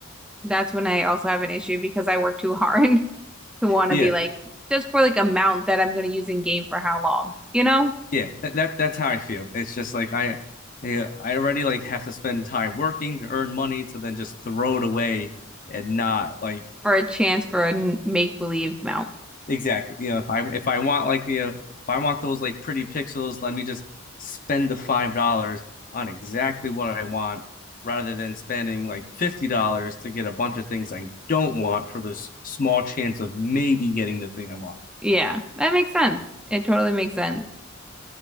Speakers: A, in the centre; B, on the left.
A: That's when I also have an issue because I work too hard <laughs> to want
B: Yeah,
A: to be like just for like amount that I'm going to use in game for how long, you know?
B: Yeah, that, that that's how I feel. It's just like I, yeah, I already like have to spend time working to earn money to then just throw it away and not like
A: For a chance for a make believe mount. <laughs>
B: exactly. You know, if I if I want like you know if I want those like pretty pixels, let me just spend the five dollars on exactly what I want rather than spending like fifty dollars to get a bunch of things I don't want for this small chance of maybe getting the thing I want.
A: Yeah, that makes sense. It totally makes sense.